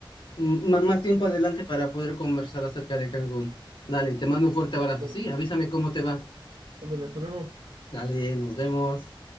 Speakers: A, on the left; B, on the right.
A: mm, ma- más tiempo adelante para poder conversar acerca de Cancún. Dale, te mando un fuerte abrazo.
B: Ándale
A: Sí,
B: pues,
A: avísame cómo te va.
B: ándale, hasta luego.
A: Dale, nos vemos.